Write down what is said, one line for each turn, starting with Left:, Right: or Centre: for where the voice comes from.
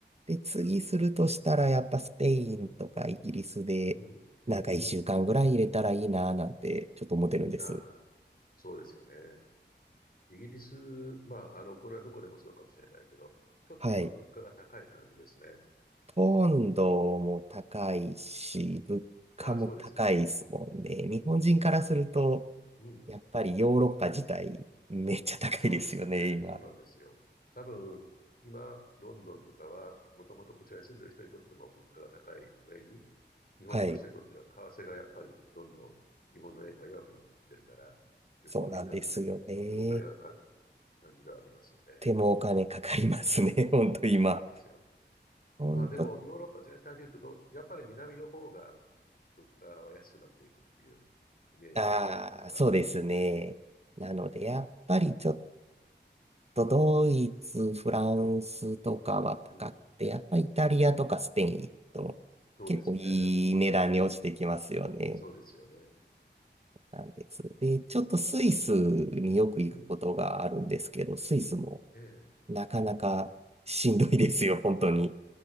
Right: で、次するとしたらやっぱスペインとかイギリスで、
Left: そっか、そっか。うん、うん、うん、
Right: なんか1週間ぐらい入れたらいいななんてちょっと思ってるんです。
Left: うん。ああ、そうですよね。イギリス、まあ、あの、これはどこでもそうかもしれないけど、ちょっと今物価が高い感じですね。
Right: はい。ポンドも高いし、物価も高いですもんね。
Left: ああ、そうですか。
Right: 日本人からすると、
Left: うん、うん、
Right: やっぱりヨーロッパ自体めっちゃ高いですよね、
Left: そうね。そうですね。
Right: 今。
Left: そうなんですよ。多分、今、ロンドンとかは、もともとこちらに住んでる人にとっても物価が高い上に、日本の人にとっては為替がやっぱりどんどん日本の円が弱くなってきてるから、
Right: はい。
Left: 旅行で行った時にとってもお金がかかる
Right: そうなんですよね。
Left: 感じではありますよね。
Right: 手もお金かかりますね、<laughs> ほんと今。
Left: うん、そうなんですよ。
Right: ほんと、
Left: まあでも、ヨーロッパ全体で言うとど、やっぱり南の方が物価は安くなっていくっていうイメージではあるんですけどね。
Right: ああ、そうですね。なので、
Left: うん、
Right: やっぱりちょっとドイツ、フランスとかは高くて、
Left: うん、うん、
Right: やっぱりイタリアとかスペイン行くと結構いい値段に落ちてきますよね。
Left: うん。そうですね。僕もそういうそうですよね。
Right: なんです。で、ちょっとスイスによく行くことがあるんですけど、
Left: うん。
Right: スイスも
Left: ええ。
Right: なかなかしんどいですよ、本当に。